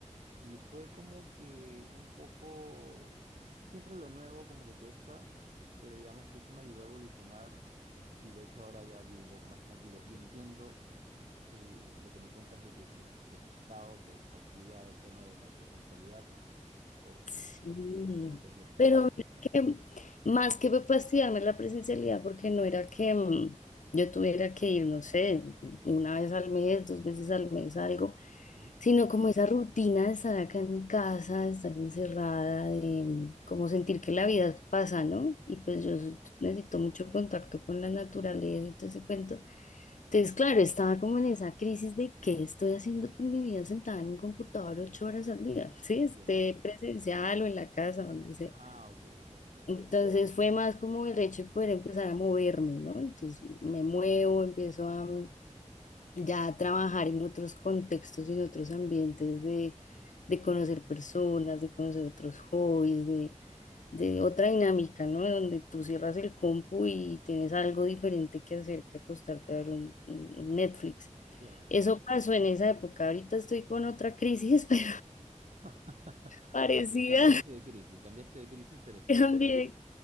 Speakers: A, on the right; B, on the left.
A: y fue como que un poco, siempre lo nuevo como que cuesta, pero digamos que eso me ayudó a evolucionar y de hecho ahora ya vivo un poco más tranquilo y entiendo tú lo que me cuentas de que te, te costaba, o te fastidiaba el tema de la presencialidad porque
B: Sí,
A: bueno, lo remoto es lo mejor.
B: pero mira que más que fastidiarme la presencialidad, porque no era que mm, yo tuviera que ir, no sé, una vez al mes, dos veces al mes, algo,
A: Ujú,
B: sino como esa rutina de estar acá en mi casa, de estar encerrada, de mm, como sentir que la vida pasa, ¿no? Y
A: Ya,
B: pues yo s- necesito mucho contacto con la naturaleza y todo ese cuento. Entonces, claro, estaba como en esa crisis de qué estoy haciendo con mi vida sentada en un computador ocho horas al día, <laughs> sí,
A: entiendo.
B: esté presencial o en la casa, donde sea.
A: Ah, ok, ok, ok,
B: Entonces
A: ok, ok.
B: fue más como el hecho de poder empezar a moverme, ¿no? Entonces me muevo, empiezo a mm, ya a trabajar en otros contextos y en otros ambientes de, de conocer personas, de conocer otros hobbies, de de otra dinámica, ¿no? Donde tú cierras el compu y tienes algo diferente que hacer que acostarte a ver un, un- un Netflix.
A: Claro.
B: Eso pasó en esa época. Ahorita estoy con otra crisis, <laughs> pero
A: <laughs>
B: parecida
A: Ok, cambiaste de crisis, cambiaste de crisis, pero sí
B: también